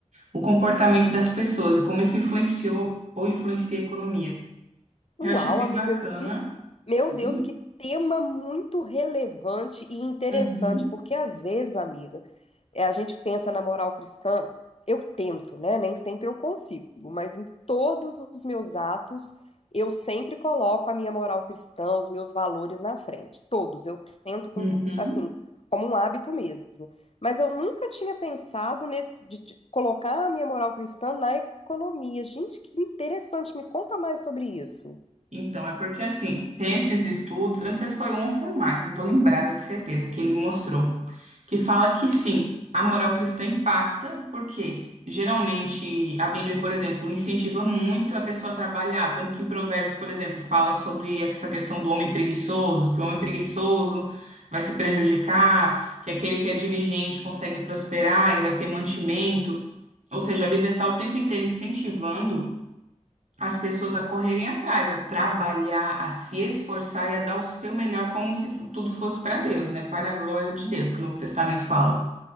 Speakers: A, on the right; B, on the left.
A: o comportamento das pessoas e como isso influenciou ou influencia a economia.
B: Uau,
A: Eu achei bem
B: amiga,
A: bacana.
B: que Meu
A: Sim.
B: Deus, que tema muito relevante e interessante,
A: Uhum.
B: porque às vezes, amiga, é, a gente pensa na moral cristã, eu tento, né? Nem sempre eu consigo, mas em todos os meus atos, eu sempre coloco a minha moral cristã, os meus valores na frente. Todos, eu tento com,
A: Uhum.
B: assim, como um hábito mesmo. Mas eu nunca tinha pensado nesse de, de colocar a minha moral cristã na economia. Gente, que interessante, me conta mais sobre isso.
A: Então, é porque assim, tem esses estudos, eu não sei se foi um ou foi mais, não estou lembrada de certeza, que ele mostrou. que fala que sim, a moral cristã impacta, porque geralmente a Bíblia, por exemplo, incentiva muito a pessoa a trabalhar, tanto que em Provérbios, por exemplo, fala sobre essa questão do homem preguiçoso, que o homem preguiçoso vai se prejudicar, que aquele que é diligente consegue prosperar e vai ter mantimento. Ou seja, a Bíblia está o tempo inteiro incentivando as pessoas a correrem atrás, a trabalhar, a se esforçar e a dar o seu melhor, como se fu- tudo fosse para Deus, né? Para a glória de Deus, que o Novo Testamento fala.